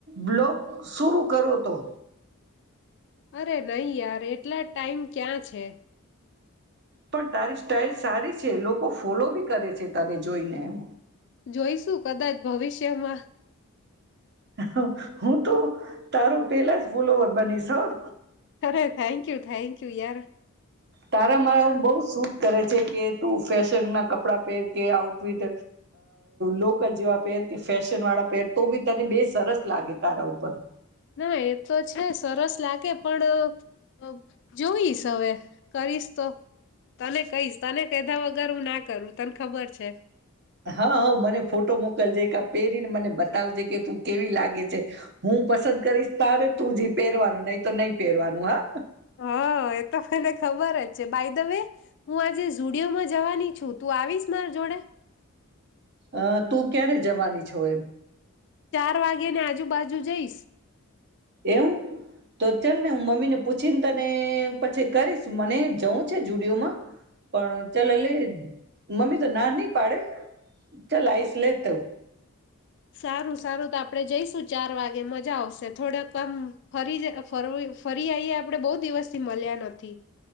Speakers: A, on the right (about 50°); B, on the left (about 55°).
A: બ્લોગ શરૂ કરો તો
B: અરે નહી યાર એટલા ટાઈમ ક્યાં છે.
A: પણ તારી સ્ટાઈલ સારી છે લોકો ફોલો બી કરે છે તારે જોઈને એમ.
B: જોઈશું કદાચ <unintelligible>
A: હા હું તો તારું પેલા જ ફોલોવર બનીશ હા.
B: અરે thank you thank you. You યાર
A: તારેા મારે હું બઉ શૂટ કરે છે કે તું ફેશન ના કપડા પહેર કે આઉટફિટ લોકલ જેવા પહેર કે ફેશન વાળા પહેર તો બી તને બે સરસ લાગે તારા ઉપર
B: ના એ તો છે સરસ લાગે પણ જોઈશ હવે કરીશ તો તને કહીશ તને કેધા વગર હું ના કરું તને ખબર છે.
A: હા હ મને ફોટો મોકલજે એક પહેરીને મને બતાવજે કે તું કેવી લાગે છે હું પસંદ કરીશ તારે તું જ પહેરવાનું નહી તો નહી પહેરવાનું હા
B: હા એ તો મને ખબર જ બાઈ દવે હું આજે ઝુંડિયોમાં જવાની છું તું આવીશ મારા જોડે?
A: અ તું ક્યારે જવાની છો એ?
B: ચાર વાગ્યા ને આજુબાજુ જઈશ.
A: એવું તો ચાલ ને હું મમ્મીને પૂછીને તને પછી કરીશ મને જઉં છે જુડિયોમાં પણ ચાલ લે મમ્મી તો ના નહી પાડે ચાલ આઈશ લે તવ
B: સારું સારું તો આપડણે જઈશું ચાર વાગે મજા આવશે થોડાક કામ ફરી ફરી આઈએ આપડણે બહુ દિવસથી મળ્યા નથી.